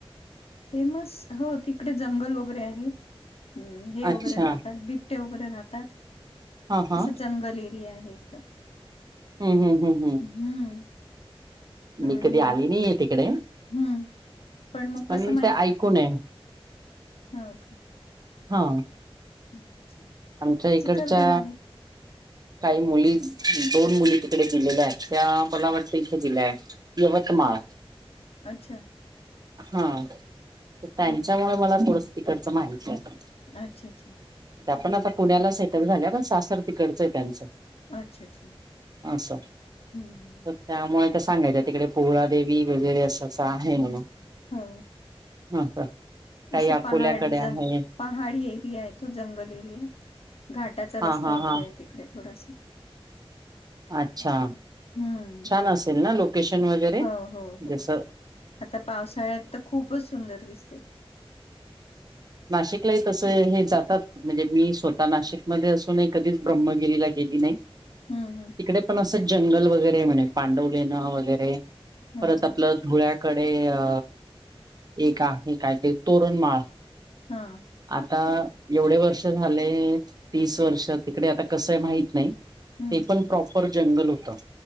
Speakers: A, on the left; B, on the right.
A: फेमस हो तिकडे जंगल वगैरे आहे. हम हे
B: अच्छा
A: वगैरे राहतात बिबटे वगैरे राहतात.
B: हा हा
A: असं जंगल एरिया आहे एकदम
B: हम् हम हम् हम.
A: हम्म. आणि
B: मी कधी आली नाही आहे तिकडे
A: हम्म मग
B: पण
A: कसं
B: ते ऐकूनय.
A: हा का?
B: हा.
A: अच्छा.
B: आमच्या इकडच्या
A: चिखल तर आहे
B: काही मुली दोन मुली तिकडे दिलेल्या आहेत त्या मला वाटत इथे दिल्या आहेत. यवतमाळ.
A: अच्छा.
B: हा त्यांच्यामुळे
A: हम्म
B: मला थोडस तिकडचं माहिती आहे.
A: अच्छा अच्छा.
B: त्या पण आता पुण्याला सेटल झाल्या पण सासर तिकडचं आहे त्यांचं.
A: अच्छा अच्छा
B: असो
A: हम्म
B: तर त्यामुळे ते सांगायच. तिकडे पोळादेवी वगैरे असं असं आहे म्हण.
A: हो.
B: ह ह काही
A: असं
B: अकोल्याकडे
A: पहाड
B: आहे.
A: जंग पहाडी एरिया आहे तो जंगल एरिया घाटाचा
B: हा
A: रस्ता
B: हा
A: वगैरे
B: हा
A: आहे तिकडे थोडासा
B: अच्छा
A: हम्म
B: छान असेल ना लोकेशन वगैरे
A: हो हो हो
B: जस.
A: आता पावसाळ्यात तर खूपच सुंदर दिसते.
B: नाशिकलाही तस हे जातात म्हणजे मी स्वतः नाशिकमध्ये असून कधीच ब्रम्मगिरीला गेली नाही.
A: हम्म हम्.
B: तिकडे पण असं जंगल वगैरे म्ह पांडवले नां वगैरे
A: हम्म
B: परत
A: हम्म
B: आपलं. धुळ्याकडे अ एक आहे काय ते तोरणमाळ
A: हा.
B: आता एवढे वर्ष झाले तीस वर्ष तिकडे आता कसं माहत नाही.
A: हम्म
B: ते पण प्रॉपर जंगल होतं.